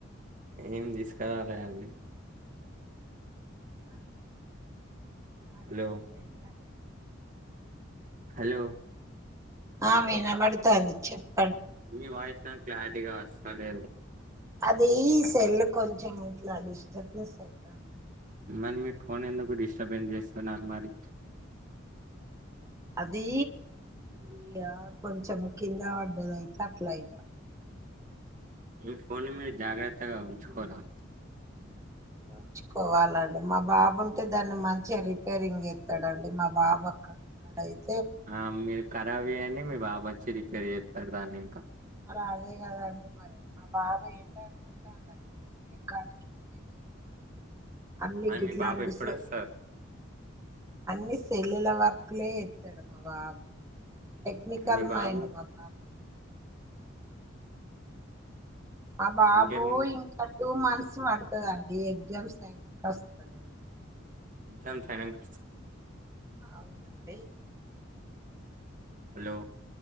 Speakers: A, on the right; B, on the right.
A: ఏం తీసుకురాలేదండి.
B: ఆహ్. మరి
A: హలో
B: ఎందుకు పోయింరండి.
A: హలో.
B: ఆహ్ వినబడుతోంది చెప్పు.
A: మీ వాయిస్ నాకు క్లారిటీగా వస్తలేదు.
B: అది సెల్ కొంచెం ఇట్లా డిస్టర్బ్నెస్ అయిత ఉంది అండి.
A: మరి మీ ఫోన్ ఎందుకు డిస్టర్బెన్స్ చేసుకున్నారు మరి.
B: అదీ. ఇక కొంచెం కింద పడ్డది అయితే అట్లా అయితోంది.
A: మీ ఫోన్ని మీరు జాగ్రత్తగా ఉంచుకోరా.
B: ఉంచుకోవాలండి మా బాబు ఉంటే దాన్ని మంచిగా రిపేరింగ్ చేత్తాడండి మా బాబు అక్కడ. ఉన్నాడైతే.
A: ఆహ్ మీరు ఖరాబ్ చేయండి మీ బాబు వచ్చి రిపేర్ చేస్తాడు దాన్ని ఇంకా.
B: మరి అదే కదండి మరి మా బాబు ఏంటానుకుంటున్నారండి మెకానిక్ ఇంజనీర్. అన్ని
A: మరి
B: గిట్లాంటి
A: మీ బాబు ఎప్పుడు
B: సె
A: వస్తాడు.
B: అన్ని సెల్లుల వర్కులే చేత్తాడు మా బాబు. టెక్నికల్
A: మీ బాబు
B: మైండ్ మా బాబుది. ఆహ్ బాబు
A: ఇంకేం
B: ఇంకా టూ మంత్స్ పడుతదంటా. ఈ ఎగ్జామ్స్ అయినాంక వస్తాడంట.
A: ఎంతైనా ఫైనాన్స్.
B: ఆహ్ అవునండి.
A: హలో.